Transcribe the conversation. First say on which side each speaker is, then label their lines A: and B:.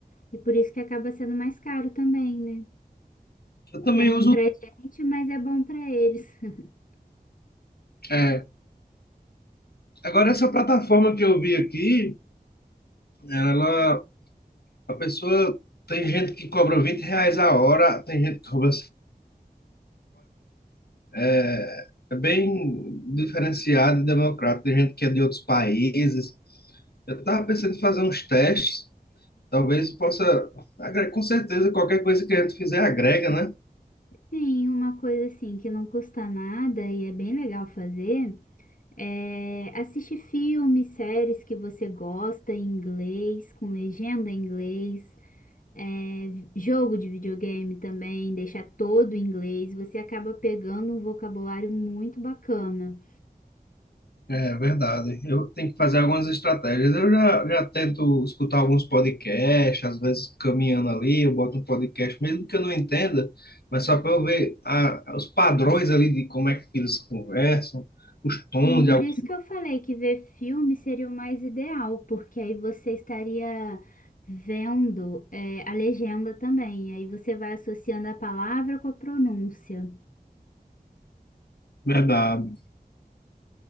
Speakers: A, on the left; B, on the left.
A: e por isso que acaba sendo mais caro também, né?
B: eu também
A: Que é ruim
B: uso
A: pra gente, mas é bom pra eles. <laughs>
B: é, agora essa plataforma que eu vi aqui, ela, a pessoa tem gente que cobra 20 reais a hora, tem gente que cobra É, é bem diferenciado e democrático. Tem gente que é de outros países. Eu estava pensando em fazer uns testes. Talvez possa. agre- Com certeza, qualquer coisa que a gente fizer agrega, né?
A: Sim, uma coisa assim que não custa nada e é bem legal fazer é assistir filmes, séries que você gosta em inglês, com legenda em inglês. É, Jogo de videogame também, deixar todo em inglês, você acaba pegando um vocabulário muito bacana.
B: É verdade. Eu tenho que fazer algumas estratégias. Eu já, já tento escutar alguns podcasts, às vezes caminhando ali, eu boto um podcast, mesmo que eu não entenda, mas só para eu ver a- os padrões ali de como é que eles conversam, os tons
A: Sim,
B: de
A: por
B: alguns.
A: isso que eu falei que ver filme seria o mais ideal, porque aí você estaria vendo, é, a legenda também, aí você vai associando a palavra com a pronúncia.
B: É Verdade.